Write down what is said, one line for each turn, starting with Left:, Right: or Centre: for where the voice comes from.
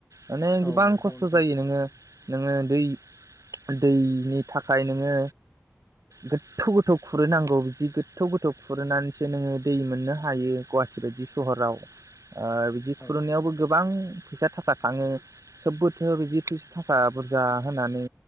Right: माने गोबां
Left: औ नंगौ
Right: खस्थ'
Left: नोंथां
Right: जायो नोङो। नोङो दै दैनि थाखाय नोङो गोथौ गोथौ खुरोनांगौ बिदि गोथौ गोथौ खुरोनानै नोङो दै मोननो हायो गुवाहाटि बायदि सहराव। ओ बिदि खुरुनायावबो
Left: औ
Right: गोबां फैसा थाखा थाङो सोबबोथो' बिदि फैसा थाखा बुरजा होनानै